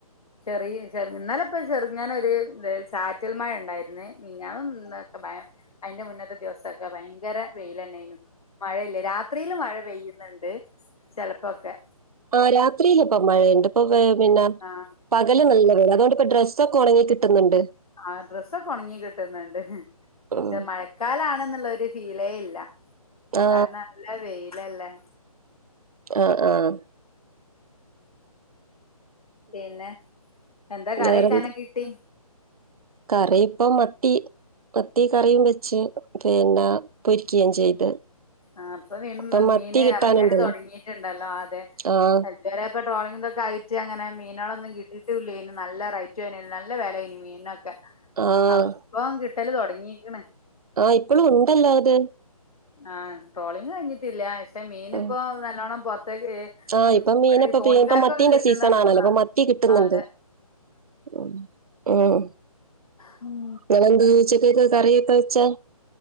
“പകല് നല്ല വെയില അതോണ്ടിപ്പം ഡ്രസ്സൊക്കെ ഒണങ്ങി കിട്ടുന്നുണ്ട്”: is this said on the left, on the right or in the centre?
Right